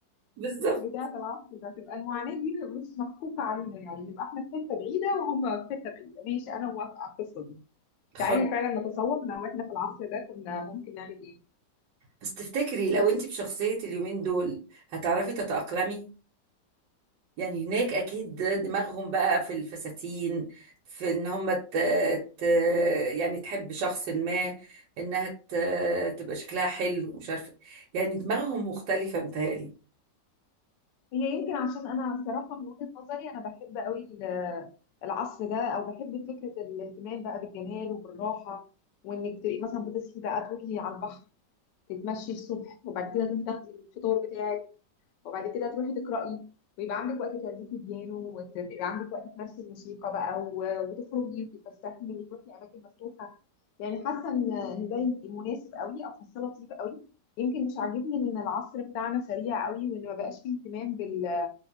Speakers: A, on the right (about 85°); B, on the left (about 85°).
A: بالظبط
B: بتاعت العصر ده تبقى المعاناه دي مش مكفوفه علينا يعني نبقى احنا في حته بعيده وهم في حته بعيده ماشي انا موافقه على القصه دي تعالي
A: خلاص
B: فعلا نتصور لو احنا في العصر ده كنا ممكن نعمل ايه
A: بس تفتكري لو انت بشخصيه اليومين دول هتعرفي تتاقلمي يعني هناك اكيد دماغهم بقى في الفساتين في ان هم ت... ت... يعني تحب شخص ما انها ت... تبقى شكلها حلو مش عارفه يعني دماغهم مختلفه متهيألي
B: هي يمكن عشان انا الصراحه من وجهه نظري انا بحب قوي ال- العصر ده او بحب فكره الاهتمام بقى بالجمال وبالراحه وانك تبقي مثلا بتصحي بقى تروحي على البحر تتمشي الصبح وبعد كده تروحي تاخدي الفطار بتاعك وبعد كده تروحي تقراي ويبقى عندك وقت تعزفي بيانو ويبقى عندك وقت تمارسي الموسيقى بقى و- وتخرجي وتتفسحي وتروحي اماكن مفتوحه يعني حاسه ان إن ده مناسب قوي او حاسه لطيف قوي يمكن مش عاجبني ان العصر بتاعنا سريع قوي وان ما بقاش فيه اهتمام بال